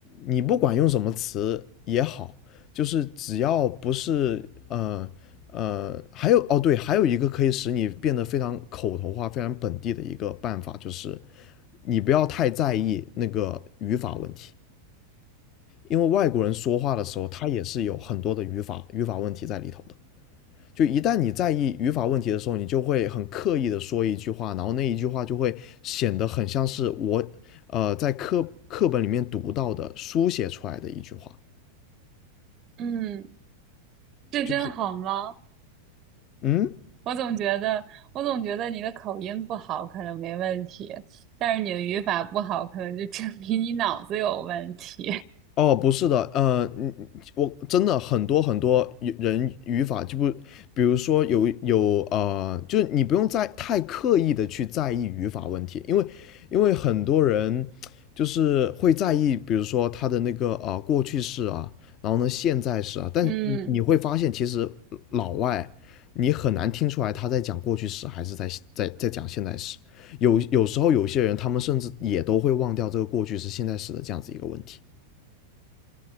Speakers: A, on the left; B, on the right.
A: 你不管用什么词也好，就是只要不是呃呃，还有哦对，还有一个可以使你变得非常口头化、非常本地的一个办法，就是你不要太在意那个语法问题。因为外国人说话的时候，他也是有很多的语法语法问题在里头的。就一旦你在意语法问题的时候，你就会很刻意的说一句话，然后那一句话就会显得很像是我呃在课课本里面读到的书写出来的一句话，
B: 嗯，嗯这真好吗？
A: 就是嗯，
B: 我总觉得，我总觉得你的口音不好可能没问题，但是你的语法不好，可能就证明你脑子有问题。
A: 哦，不是的，呃，嗯，我真的很多很多语人语法就不，比如说有有呃，就是你不用在太刻意的去在意语法问题，因为因为很多人就是会在意，比如说他的那个呃过去式啊，然后呢现在式啊，但你你会发现其实老外你很难听出来他在讲过去式还是在在在讲现在时，
B: <laughs> 嗯
A: 有有时候有些人他们甚至也都会忘掉这个过去式现在时的这样子一个问题。